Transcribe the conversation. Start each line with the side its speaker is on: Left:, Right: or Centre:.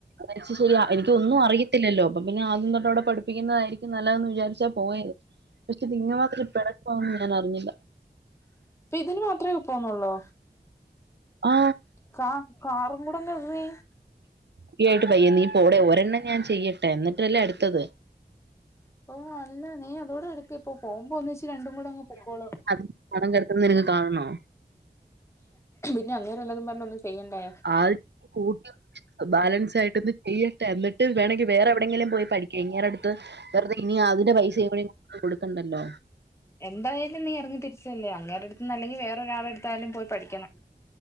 Right: പക്ഷെ ശരിയാ എനിക്ക് ഒന്നും അറയില്ലോ അപ്പൊ പിന്നെ ആദ്യം തൊട്ട് അവിടെ പഠിപ്പിക്കുന്നതായിരിക്കും ക്ക് നല്ലതന്ന് വിചാരിച്ചാ പോയത് പക്ഷേതിങ്ങ മാതിരി പിണക്കാവുന്ന് ഞാനറിഞ്ഞില്ല
Left: അപ്പൊ ഇതിന് മാത്രമേ പോുന്നുള്ളൂ
Right: ആ
Left: കാ കാറും കൂടെന്ന് വീ
Right: ഫീ ആായിട്ട് പയ്യേ നീ പ്പോടെ ഒരെണ്ണം ഞാൻ ചെയ്യട്ടെ എന്നിട്ടല്ലേ അടുത്തത്
Left: ഓ അല്ല നീ അതോടെ എടുക്ക് ഇപ്പൊ പോകുമ്പോ ഒന്നിച്ച് രണ്ടും കൂടെ അങ്ങ് പൊക്കോളും
Right: അത് പണം കിടത്തുന്നത് നിനക്ക് കാണണോ
Left: പിന്നെ അങ്ങേര് വല്ലതും പറഞ്ഞൊന്നും ചെയ്യണ്ടേ
Right: ആദ്യ കൂട്ട ബാലൻസ് ആയിട്ടൊന്ന് ചെയ്യട്ടെ എന്നിട്ട് വേണെങ്കി വേറെ എവിടെങ്കിലും പോയി പഠിക്ക് ഇങ്ങേരടുത്ത് വെറുതെ ഇനി അതിന്റെ പൈസയും കൂടി കൊടുക്കണ്ടല്ലോ
Left: എന്തായാലും നീ എറങ്ങി തിരിച്ചല്ലേ അങ്ങേരടുത്ത് നിന്ന് അല്ലെങ്കിൽ വേറെ ഒരാളടുത്തായാലും പോയി പഠിക്കണം